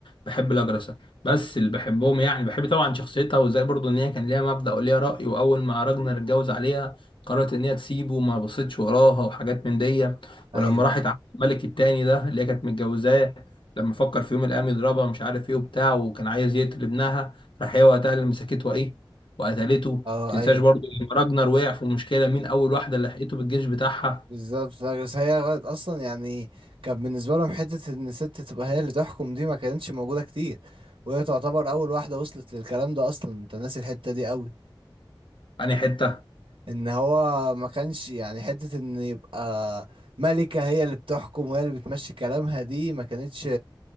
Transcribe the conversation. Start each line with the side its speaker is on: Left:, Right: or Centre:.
Left: بحب الاجرسة بس اللي بحبهم يعني بحب طبعا شخصيتها وازاي برضو ان هي كان ليها مبدأ وليها رأي واول ما راجنر اتجوز عليها قررت ان هي تسيبه وما بصيتش وراها وحاجات من دي
Right: اييوه
Left: ولما راحت على الملك التاني ده اللي هي كانت متجوزاه لما فكر في يوم من الايام يضربها مش عارف ايه وبتاع وكان عايز يقتل ابنها راح هي وقتها اللي مسكته ايه وقتلته
Right: اه
Left: تنساش
Right: ايوه
Left: برضو لما راجنر وقع في مشكلة مين أول واحدة اللي لحقته بالجيش بتاعها
Right: بالظبط لا، بس هي غلط اصلا يعني كان بالنسبة لهم حتة ان ست تبقى هي اللي تحكم دي ما كانتش موجودة كتير وهي تعتبر اول واحدة وصلت للكلام ده اصلا انت ناسي الحتة دي قوي
Left: أنهي حتة؟
Right: ان هو ما كانش يعني حتة ان يبقى ملكة هي اللي بتحكم وهي اللي بتمشي كلامها دي ما كانتش